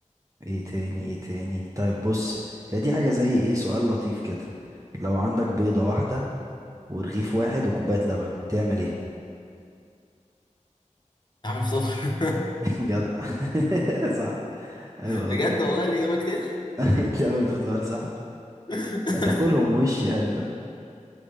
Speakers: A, on the right; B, on the left.
A: ايه تاني ايه تاني طيب بص هي دي حاجة زي ايه سؤال لطيف كده لو عندك بيضة واحدة ورغيف واحد وكوباية لبن تعمل ايه
B: عامل فطار
A: <laughs> جدع <laughs> صح حلو
B: <laughs> بجد
A: لطيف
B: والله الاجابه كده
A: <laughs> تعمل فطار صح
B: <laughs>
A: تاكلهم وش يعني فاهم